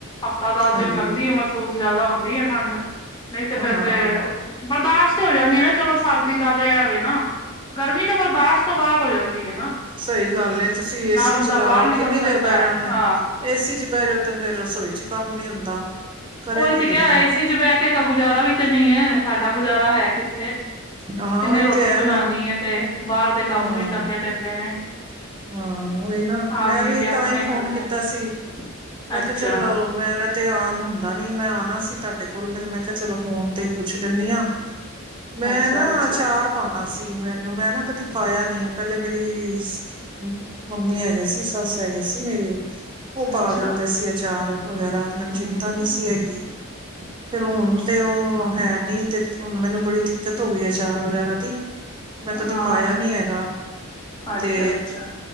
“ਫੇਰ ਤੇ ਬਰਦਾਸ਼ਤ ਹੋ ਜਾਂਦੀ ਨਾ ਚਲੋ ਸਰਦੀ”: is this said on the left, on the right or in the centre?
Left